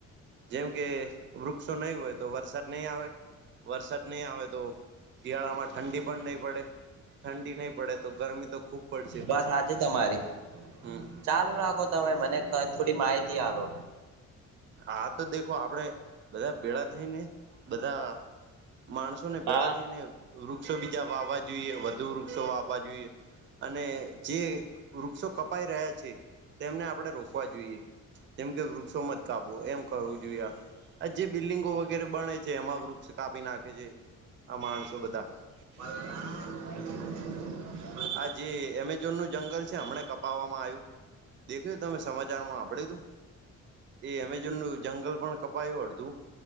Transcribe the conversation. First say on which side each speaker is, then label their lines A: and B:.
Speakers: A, on the right; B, on the right.
A: જેમ કે વૃક્ષો નહી હોય તો વરસાદ નહીં આવે વરસાદ નહીં આવે તો શિયાળામાં ઠંડી પણ નહી પડે ઠંડી નહી પડે તો ગરમી તો ખૂબ પડશે પછી
B: વાત હાચી તમારી
A: હમ
B: ચાલુ રાખો તમે મને ક થોડી માહિતી હાલો
A: આ તો દેખો આપડે બધા ભેડા થઈ ને બધા માણસોને ભેડા
B: હા
A: થઈને વૃક્ષો બીજા વાવા જોઈએ વધુ વૃક્ષો વાવા જોઈએ અને જે વૃક્ષો કપાઈ રહ્યા છે તેમને આપણે રોકવા જોઈએ જેમ કે વૃક્ષોમાં કાપો એમ કવું જોઈએ આ આ જે બિલ્ડિંગો વગેરે બને છે એમાં વૃક્ષ કાપી નાખે છે આ માણસો બધા
B: પલના
A: આ જે એમેઝોન નું જંગલ છે હમને કપાવામાં આયું દેખે તમે સમાચાર માં હાંભળ્યું તું એ એમેજોન નું જંગલ પણ કપાયું અડધું